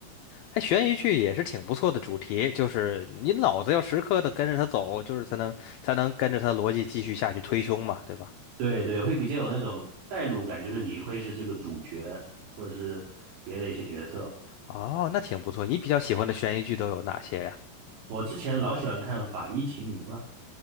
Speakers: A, on the left; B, on the right.
A: 哎，悬疑剧也是挺不错的主题，就是你脑子要时刻的跟着它走，就是才能才能跟着它逻辑继续下去推凶嘛，对吧？
B: 对对，会比较有那种代入感，就是你会是这个主角，或者是别的一些角色。
A: 哦，那挺不错。你比较喜欢的悬疑剧都有哪些呀？
B: 我之前老喜欢看《法医秦明》了